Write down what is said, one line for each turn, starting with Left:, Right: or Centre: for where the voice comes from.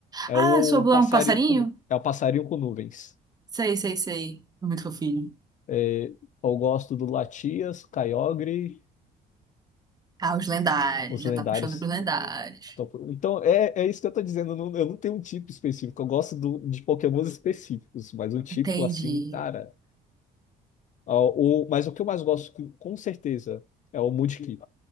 Left: é
Right: Ah,
Left: o
Right: sua Blue
Left: passarinho
Right: é um passarinho?
Left: com, nu- é o passarinho com nuvens.
Right: Sei, sei, sei. Muito fofinho.
Left: É, eu gosto do Latias, Kyogre,
Right: Ah, os lendários.
Left: os
Right: Já
Left: lendários.
Right: tá puxando pros lendários.
Left: Então, então, é, é isso que eu tô dizendo, eu não, eu não tenho um tipo específico, eu gosto do- de Pokémons específicos, mas um tipo
Right: Entendi.
Left: assim, cara, Ah, o, mas o que eu mais gosto, que- com certeza, é o Moonkick.